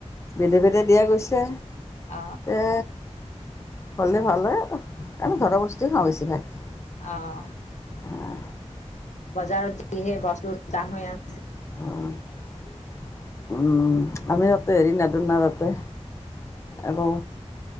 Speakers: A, on the left; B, on the left.
A: বেদে ভেদে দিয়া গৈছে
B: অ',
A: এ কৰলে ভাল হয় আৰ আমি ঘৰৰ বস্তুৱে খাওঁ বেছিভাগ
B: অ'।
A: আ
B: বজাৰত দিহে বাচুৰ তা হৈ আন
A: অহ উম আমি তাতে হেৰি নাদো ন তাতে একো